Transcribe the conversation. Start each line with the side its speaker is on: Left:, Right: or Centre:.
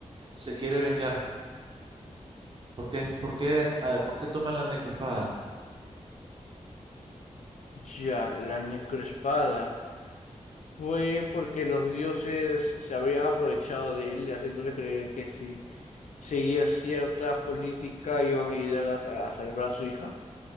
Right: se quiere vengar? ¿Por qué, por qué, ah, por qué toma la necroespada?
Left: Ya, la necroespada. Fue porque los dioses se habían aprovechado de él, haciéndole creer que si seguía cierta política iban a ayudar a, a salvar a su hija,